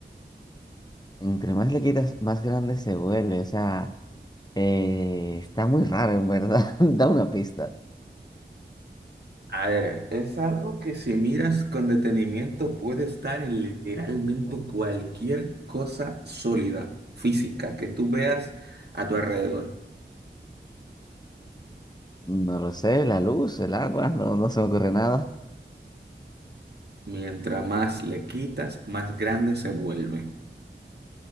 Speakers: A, on the left; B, on the right.
A: Entre más le quitas, más grande se vuelve. O sea, eh, está muy raro, en verdad. <laughs> Da una pista.
B: A ver, es algo que si miras con detenimiento puede estar en literalmente cualquier cosa sólida, física, que tú veas a tu alrededor.
A: No lo sé, la luz, el agua, no, no se me ocurre nada.
B: Mientras más le quitas, más grande se vuelve.